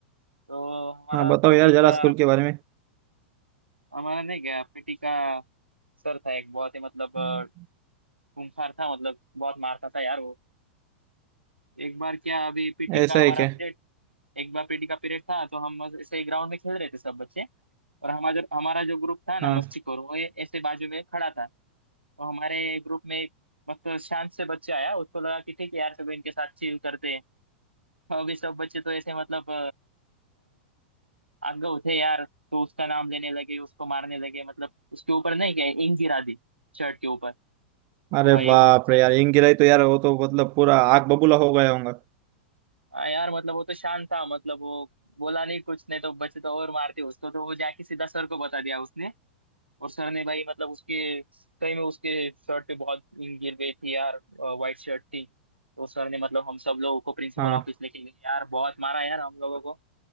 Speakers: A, on the right; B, on the right.
A: तो हमारा
B: हाँ बताओ
A: पीटी
B: यार जरा
A: का
B: स्कूल के बारे
A: हमारा नहीं गया पीटी का सर था एक बहुत ही मतलब अ,
B: में
A: खूंखार था मतलब बहुत मारता था यार वो एक बार क्या अभी पीटी
B: ऐसा
A: का
B: है
A: हमारा
B: क्या
A: पीरियड एक बार पीटी का पीरियड था तो हम बस ऐसे ग्राउंड में खेल रहे थे सब बच्चे और हमारा जो हमारा जो ग्रुप था ना
B: हाँ
A: मस्ती करो वो ए- ऐसे बाजू में खड़ा था तो हमारे ग्रुप में एक मतलब शांत से बच्चा आया उसको लगा कि ठीक है यार सब इनके साथ चिल करते हैं तो अभी सब बच्चे तो ऐसे मतलब आगे थे यार तो उसका नाम लेने लगे उसको मारने लगे मतलब उसके ऊपर नहीं क्या इंक गिरा दी शर्ट के ऊपर तो
B: अरे
A: भाई
B: बाप
A: वो बच्चा
B: रे यार इंग गिराई तो यार वो तो मतलब पूरा आग बबूला हो गया होगा
A: आ यार मतलब वो तो शांत था मतलब वो बोला नहीं कुछ नहीं तो बच्चे तो और मारते उसको तो वो जाके सीधा सर को बता दिया उसने और सर ने भाई मतलब उसके सही में उसके शर्ट पे बहुत ink गिर गई थी यार वाइट शर्ट थी तो सर ने मतलब हम सब लोगों को प्रिंसिपल
B: हाँ
A: ऑफिस लेके गए यार बहुत मारा यार हम लोगों को